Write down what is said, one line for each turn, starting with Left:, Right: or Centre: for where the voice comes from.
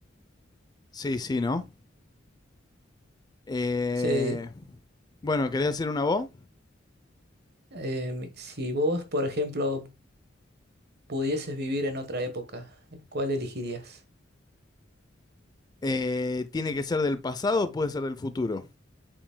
Left: Sí, sí, ¿no? Eh,
Right: Sí,
Left: bueno, ¿querés hacer una voz?
Right: em, si vos, por ejemplo, pudieses vivir en otra época, ¿cuál elegirías?
Left: Eh, ¿tiene que ser del pasado o puede ser del futuro?